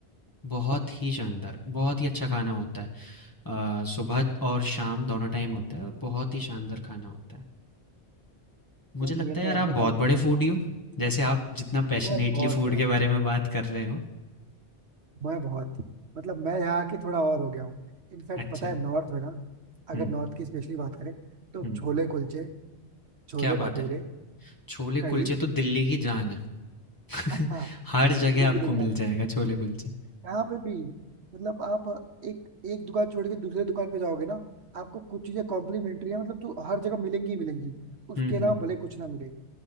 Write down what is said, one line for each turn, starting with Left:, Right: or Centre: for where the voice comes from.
Left: बहुत ही शानदार बहुत ही अच्छा खाना होता है अ, सुबह और शाम दोनों टाइम होता है और बहुत ही शानदार खाना होता है मुझे
Right: यार
Left: लगता
Right: ये
Left: है
Right: तो
Left: यार
Right: है
Left: आप
Right: अपने कल्चर
Left: बहुत बड़े फूडी हो जैसे आप जितना पैशनेटली
Right: में बहुत
Left: फूड
Right: बहुत
Left: के बारे में बात कर रहे हो
Right: मैं बहुत मतलब मैं यहाँ की थोड़ा और हो गया हूँ इनफैक्ट
Left: अच्छा
Right: पता है नॉर्थ में ना अगर
Left: हम्म
Right: नॉर्थ की स्पेशली बात करें तो
Left: हम्म
Right: छोले कुलचे छोले
Left: क्या
Right: भटूरे
Left: बात है छोले
Right: कढ़ी
Left: कुलचे तो दिल्ली की जान है
Right: हाँ
Left: <laughs>
Right: हाँ
Left: हर जगह
Right: इडली
Left: आपको
Right: की दुकान
Left: मिल जाएगा छोले कुलचे
Right: यहाँ पे भी मतलब आप एक एक दुकान छोड़ के दूसरे दुकान पे जाओगे ना आपको कुछ चीजें कॉम्प्लीमेंट्री है मतलब जो हर जगह मिलेंगी ही मिलेंगी उसके
Left: हम्म
Right: अलावा
Left: हम्म
Right: भले कुछ ना मिले